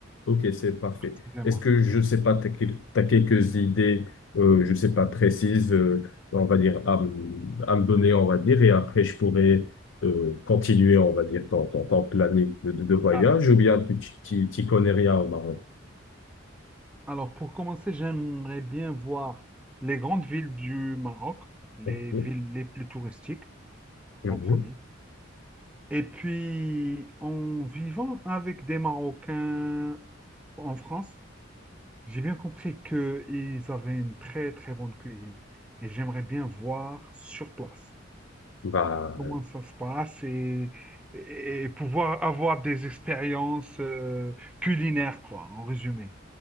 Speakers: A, on the left; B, in the centre.
A: Ok, c'est parfait.
B: précisément.
A: Est-ce que, je sais pas, tu as, quelques idées, euh, je sais pas, précises, euh, on va dire, à, me à me donner, on va dire, et après, je pourrais euh, continuer, on va dire, ton, ton, ton planning de, de de voyage,
B: Alors,
A: ou bien tu tu- tu- t'y connais rien au Maroc?
B: alors, pour commencer, j'aimerais bien voir les grandes villes du Maroc, les
A: Ok.
B: villes les plus touristiques
A: Mhm.
B: en premier. Et puis, en vivant avec des Marocains en France, j'ai bien compris qu'ils avaient une très, très bonne cuisine. Et j'aimerais bien voir sur place
A: Bah,
B: comment ça se passe et, et pouvoir avoir des expériences euh, culinaires, quoi, en résumé.